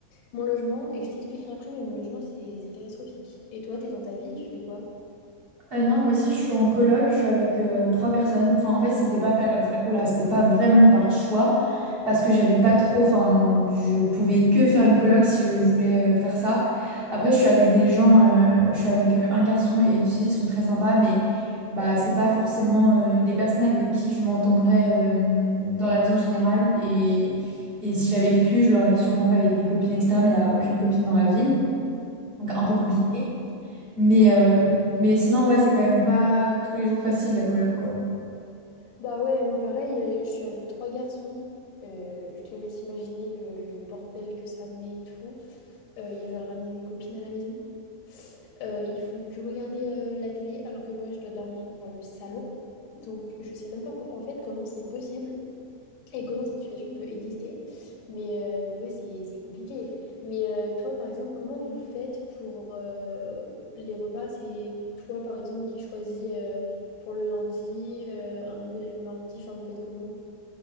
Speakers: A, on the left (about 60°); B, on the right (about 20°).
A: mon logement. Et je t'expliquerai après, mais mon logement, c'est c'est catastrophique. Et toi, t'es dans ta ville, tu fais quoi?
B: Euh, non, moi aussi, je suis en coloc, je suis avec euh, trois personnes. Enfin, en fait, c'était pas, par... vra- Oula, c'était pas vraiment par choix, parce que j'avais pas trop. Enfin, je pouvais que faire une coloc si je voulais euh, faire ça. Après, je suis avec des gens, euh, je suis avec euh, un garçon et une fille, ils sont très sympas, mais bah, c'est pas forcément euh, des personnes avec qui je m'entendrais euh, dans la vie en général. Et, et si j'avais pu, je l'aurais sûrement fait avec des copines, etc., mais il n'y a aucune copine dans ma ville, donc un peu compliqué. Mais, euh, mais sinon, ouais, c'est quand même pas tous les jours facile la coloc, quoi.
A: Bah ouais, moi pareil, euh, je suis avec trois garçons. Euh, je te laisse imaginer le, le bordel que ça met et tout. Euh, ils veulent ramener les copines à la maison. Euh, ils font que regarder euh, la télé alors que moi je dois dormir dans le salon. Donc je sais même pas co- en fait comment c'est possible et comment cette situation peut exister. Mais, euh, mais ouais, c'est, c'est compliqué. Mais euh, toi, par exemple, comment vous faites pour euh, les repas? C'est toi, par exemple, qui choisis euh, pour le lundi, euh, un autre le mardi. Enfin, vous faites comment?